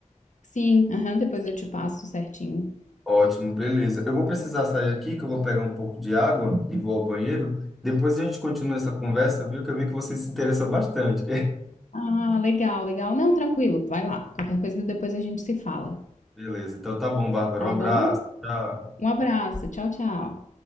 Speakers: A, on the left; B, in the centre.
A: Sim, aham, depois eu te passo certinho.
B: Ótimo, beleza. Eu vou precisar sair aqui, que eu vou pegar um pouco de água e vou ao banheiro. Depois a gente continua essa conversa, viu? Que eu vi que você se interessa bastante.
A: Ah, legal, legal. Não, tranquilo, vai lá. Qualquer coisa depois a gente se fala,
B: Beleza, então tá bom, Bárbara.
A: tá
B: Um abraço.
A: bom?
B: Tchau.
A: Um abraço, tchau, tchau.